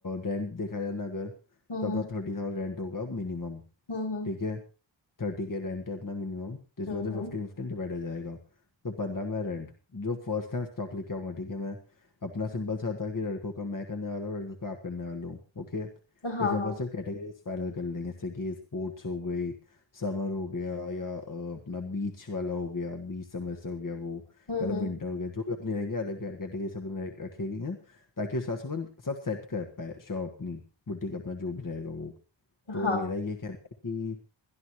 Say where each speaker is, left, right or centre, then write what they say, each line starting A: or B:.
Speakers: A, on the left; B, on the left.
A: रेंट देखा जाए ना अगर
B: हम्म
A: तो
B: हम्म
A: अपना थर्टी थाउजेंड रेंट होगा मिनिमम
B: हम्म हम्म।
A: ठीक है थर्टी के रेंट है अपना मिनिमम जिसमें
B: हम्म
A: से
B: हम्म
A: फिफ्टीन फिफ्टीन डिवाइड हो जाएगा तो पंद्रह मेरा रेंट जो फर्स्ट टाइम स्टॉक लेके आऊंगा ठीक है मैं अपना सिंपल सा था कि लड़कों का मैं करने वाला हूँ लड़कों का आप करने वाला हूँ ओके
B: हाँ
A: इस ऊपर
B: हाँ
A: सिर्फ कैटेगरीज फाइनल कर लेंगे जैसे कि स्पोर्ट्स हो गई समर हो गया या अ, अपना बीच वाला हो गया बीच समर से हो गया वो
B: हम्म
A: या तो
B: हम्म
A: विंटर हो गया जो भी अपनी रहेंगे अलग कैटेगरी सब अपने रखेंगे ताकि उस हिसाब से अपन सब सेट कर पाए शॉप अपनी बुटीक अपना जो भी रहेगा वो तो
B: हाँ
A: मेरा ये कहना है कि